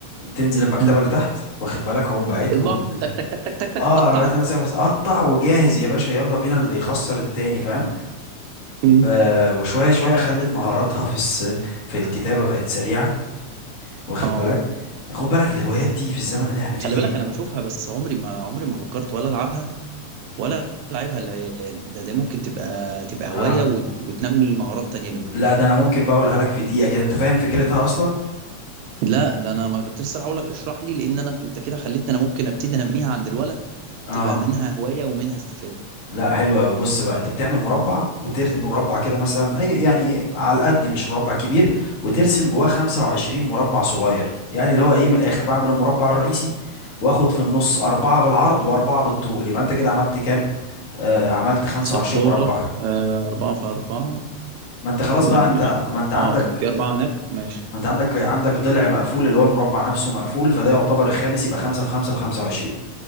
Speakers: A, on the left; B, on the right.
A: تنزل المكتبه
B: مم.
A: اللي تحت واخد بالك اقوم باعت
B: اطبع
A: له ال-
B: تك تك تك تك تك تك
A: اه
B: قطع
A: بعت له مسافه قطع وجاهز يا باشا يلا بينا اللي يخسر التاني فاهم
B: مم.
A: آه، وشوية شوية خلت مهاراتها في الس... في الكتابة بقت سريعة واخد
B: اه
A: بالك خد بالك الهوايات دي في الزمن اللي احنا فيه
B: خلي بالك
A: هي
B: انا بشوفها بس عمري ما عمري ما فكرت ولا العبها ولا العبها للعيال ده ده ممكن تبقى تبقى هوايه
A: اه
B: وت... وتنمي مهارات تانية جنب منها
A: لا ده انا ممكن بقى اقولها لك في دقيقة كده انت فاهم فكرتها اصلا
B: لا ده انا ما كنت لسه هقول لك اشرح لي لان انا انت كده خليتني انا ممكن ابتدي انميها عند الولا
A: اه
B: تبقى منها هوايه ومنها استفاده
A: لا حلو قوي بص بقى انت بتعمل مربع وترسم مربع كده مثلا اي يعني ايه على قد مش مربع كبير وترسم جواه 25 مربع صغير يعني اللي هو ايه من الاخر بعمل المربع الرئيسي واخد في النص أربعة بالعرض وأربعة بالطول يبقى أنت كده عملت كام؟ آه عملت 25
B: 16
A: مربع
B: آه 4 في 4
A: ما انت خلاص
B: لا
A: بقى انت
B: ماشي
A: ما انت عندك
B: اه في أربعة هناك ماشي
A: ما انت عندك عندك ضلع مقفول اللي هو المربع نفسه مقفول فده يعتبر الخامس يبقى خمسة في خمسة في 25